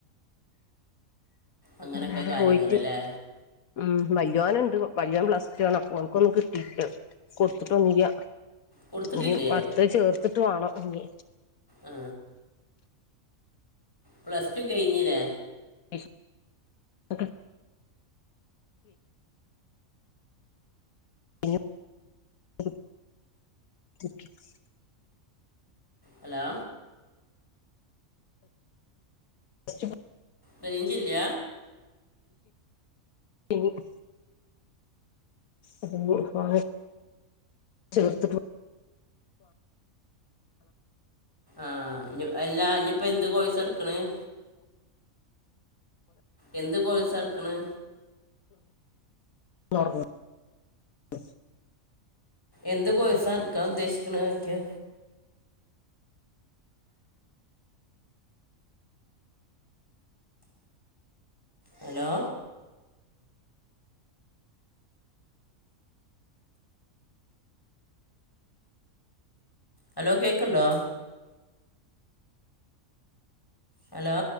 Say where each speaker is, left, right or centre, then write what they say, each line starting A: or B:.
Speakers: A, on the left; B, on the left.
A: അങ്ങനൊക്കെയാ
B: എല്ലാരും
A: കാര്യങ്ങൾ
B: പോയിട്ട്
A: ല്ലേ
B: ഉം വല്യോൻ ഉണ്ട് വല്യോൻ പ്ലസ് റ്റു ആണ് ഓൻക്ക് ഒന്നും കിട്ടീട്ട്ല്ല കൊടുത്തിട്ടൊന്നുല്ല.
A: കൊടുത്തിട്ടില്ലേ
B: ഇനി വർത്തത് ചേർത്തിട്ട് വേണം ഇനി
A: ആ പ്ലസ് ടു കഴിഞ്ഞില്ലേ
B: <unintelligible> <unintelligible>
A: ഹലോ
B: <unintelligible>
A: റേഞ്ച് ഇല്ല
B: പ <unintelligible> അപ്പോൾ ചേർത്തിട്ട്
A: ആഹ് അല്ലാ ഇനിയിപ്പം എന്ത് കോഴസാ എടുക്കണത് എന്ത് കോഴ്സാ എടുക്കണെ
B: <unintelligible>
A: എന്ത് കോഴ്സ് ആണ് എടുക്കാൻ ഉദ്ദേശിക്കുന്നത് ചോയ്ക ഹലോ ഹലോ കേക്കുണ്ടോ ഹലോ